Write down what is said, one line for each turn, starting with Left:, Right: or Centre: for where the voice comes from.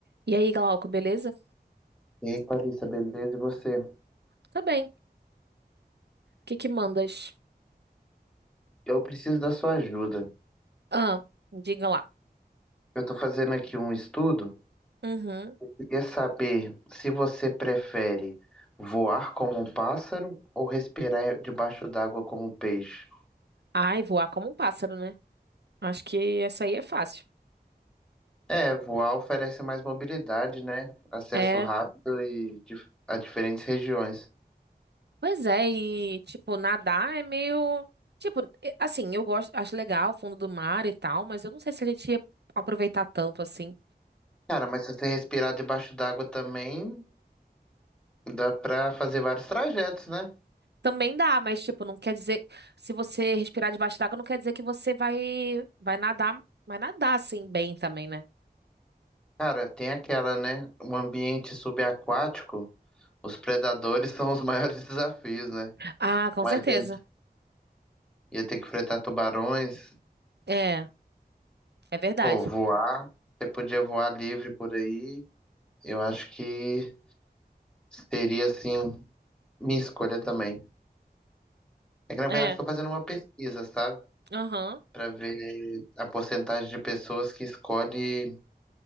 Right: E aí, Glauco, beleza?
Centre: E aí, Clarissa, beleza? E você?
Right: Tá bem. O que que mandas?
Centre: Eu preciso da sua ajuda.
Right: Ah, diga lá.
Centre: Eu estou fazendo aqui um estudo.
Right: Uhum.
Centre: Queria saber se você prefere voar como um pássaro ou respirar debaixo d'água como um peixe.
Right: Ai, voar como um pássaro, né? Acho que essa aí é fácil.
Centre: É, voar oferece mais mobilidade, né? Acesso
Right: É.
Centre: rápido e dif- a diferentes regiões.
Right: Pois é, e tipo, nadar é meio. Tipo, e- assim, eu gosto, acho legal o fundo do mar e tal, mas eu não sei se a gente ia aproveitar tanto assim.
Centre: Cara, mas se você respirar debaixo d'água também, dá pra fazer vários trajetos, né?
Right: Também dá, mas tipo, não quer dizer. Se você respirar debaixo d'água, não quer dizer que você vai, vai nadar, vai nadar assim bem também, né?
Centre: Cara, tem aquela, né? Um ambiente subaquático. Os predadores <laughs> são os maiores desafios, né?
Right: Ah, com
Centre: Mas
Right: certeza.
Centre: ele ia ter que enfrentar tubarões,
Right: É, é verdade.
Centre: pô, voar. Você podia voar livre por aí. Eu acho que seria, assim, minha escolha também. É que, na verdade,
Right: É,
Centre: estou fazendo uma pesquisa, sabe?
Right: aham.
Centre: Para ver a porcentagem de pessoas que escolhe